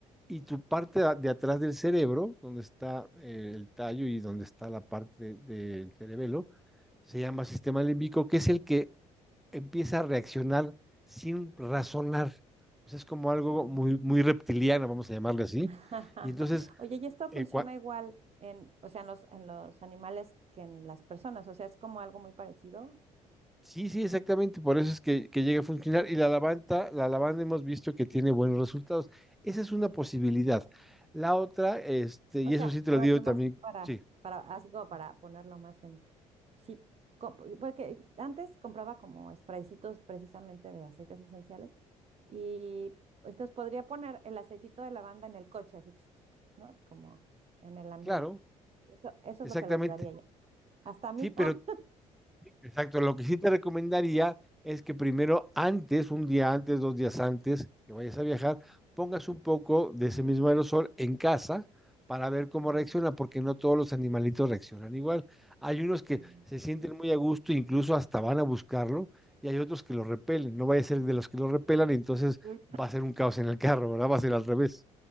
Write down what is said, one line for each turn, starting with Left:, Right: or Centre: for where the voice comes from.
Centre: y tu parte a- de atrás del cerebro, donde está eh, el tallo y donde está la parte del cerebelo, se llama sistema límbico, que es el que empieza a reaccionar sin razonar. O sea, es como algo
Right: guau.
Centre: muy, muy reptiliano, vamos a llamarle así.
Right: <laughs>
Centre: Y entonces,
Right: Oye, y esto funciona
Centre: eh, cua-
Right: igual en, o sea, en los, en los animales que en las personas, o sea, es como algo muy parecido.
Centre: sí, sí, exactamente, por eso es que, que llega a funcionar. Y la lavanda, la lavanda hemos visto que tiene buenos resultados. Esa es una posibilidad. La otra, este, y
Right: O sea,
Centre: eso sí te lo
Right: a
Centre: digo
Right: ver, Y- nomás
Centre: también,
Right: para,
Centre: sí,
Right: para, así como para ponerlo más en, sí, co- porque antes compraba como spraycitos precisamente de aceites esenciales y entonces podría poner el aceitito de lavanda en el coche, así, tss, tss, tss, ¿no? Como en el ambiente.
Centre: claro,
Right: Eso, eso
Centre: exactamente.
Right: es lo que le ayudaría ya. Hasta a mí.
Centre: Sí, pero
Right: <laughs>
Centre: Exacto, lo que sí te recomendaría es que primero, antes, un día antes, dos días antes que vayas a viajar, pongas un poco de ese mismo aerosol en casa para ver cómo
Right: Mm,
Centre: reacciona, porque no todos los animalitos reaccionan igual. Hay unos que
Right: ah,
Centre: se sienten muy a gusto, incluso hasta van a buscarlo, y hay otros que lo repelen. No vaya a ser de los que lo repelan, y entonces
Right: Uy,
Centre: va a ser un caos en el carro, ¿verdad? Va a ser al revés.